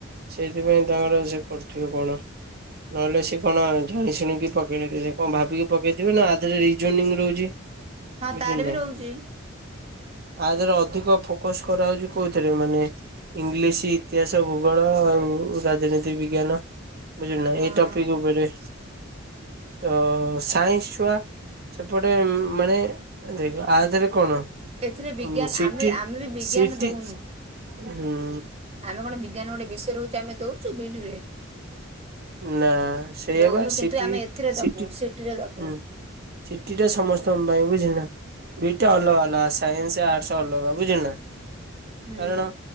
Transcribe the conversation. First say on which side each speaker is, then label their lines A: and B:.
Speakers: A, on the right; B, on the right.
A: ସେଇଥିପାଇଁ ତାଙ୍କର ସେ କରୁଥିଲେ କଣ? ନହେଲେ ସେ କଣ ଜାଣି ଶୁଣିକି ପକେଇ ନ ସେ କଣ ଭାବିକି ପକେଇଥିବେ ନା ଆରେ ରିଜନିଁ ରହୁଛି।
B: ହଁ
A: ବୁଝିଲୁ
B: ତାର
A: ନା
B: ବି ରହୁଛି।
A: ଆ ଦେହରେ ଅଧିକ ଫୋକସ କରାହେଉଛି କୋଉଥିରେ? ମାନେ ଇଂଲିଶ, ଇତିହାସ, ଭୂଗୋଳ ଆଉ ରାଜନୀତି ବିଜ୍ଞାନ। ବୁଝିଲ ନା
B: ହଁ।
A: ଏଇ ଟପିକ ଉପରେ। ତ ସାଇନ୍ସ ଛୁଆ ସେପଟେ ମାନେ ଦେଖ ଆଧରେ କଣ।
B: ଏଥିରେ ବିଜ୍ଞାନ
A: ହଁ ସିଟିି
B: ଆମେ ଆମେ ବି ବିଜ୍ଞାନ
A: ସିଟିି
B: ଦଉନୁ
A: ହୁଁ।
B: ଆମେ କଣ ବିଜ୍ଞାନ ଗୋଟେ ବିଷୟ ରହିଛି ଆମେ ଦଉଛୁ ବିଇଡି ରେ।
A: ନା ସେଇ
B: ଦଉନୁ
A: ବା
B: କିନ୍ତୁ
A: ସିଟି
B: ଆମେ ଏଥିରେ ଦବୁ
A: ସିଟି
B: ସିଟିରେ ଦବୁ
A: ହୁଁ। ସିଟି ଟା ସମସ୍ତଙ୍କ ପାଇଁ ବୁଝିଲ। ଦିଟା ଅଲଗା ଅଲଗା ସାଇନ୍ସ, ଆର୍ଟସ ଅଲଗା ବୁଝିଲ ନା।
B: ହୁଁ
A: କାରଣ